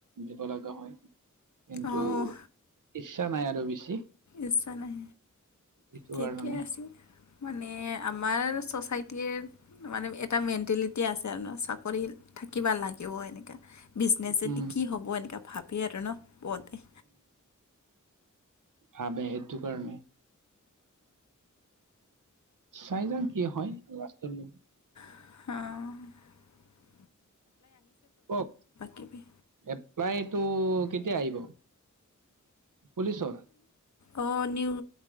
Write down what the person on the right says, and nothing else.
দিব লগা হয়। কিন্তু
ইচ্ছা নাই আৰু বেছি।
এইটো
কাৰণে
উম,
ভাৱে এইটো কাৰণে। চাইলও কি হয় কি লাষ্টলেও
কওক।
এপ্লাইটো কেতিয়া আহিব? পুলিচৰ।